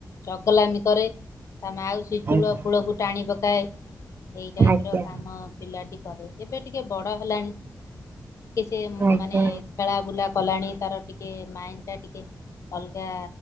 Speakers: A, on the left; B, on the right.
A: ଚଗଲାମି କରେ। ତା ମାଉସୀ
B: ଆଜ୍ଞା
A: ଚୂଳ ଫୁଳକୁ ଟାଣି ପକାଏ। ଏଇ ଟାଇପ
B: ଆଜ୍ଞା
A: ର କାମ ପିଲାଟି କରେ ଏବେ ଟିକେ ବଡ ହେଲାଣି। ଟିକେ
B: ଆଜ୍ଞା
A: ମାନେ ଖେଳା ବୁଲା କଲାଣି ତାର ଟି ଟିକେ ମାଇଣ୍ଡ ଟା ଟିକେ ଅଲଗା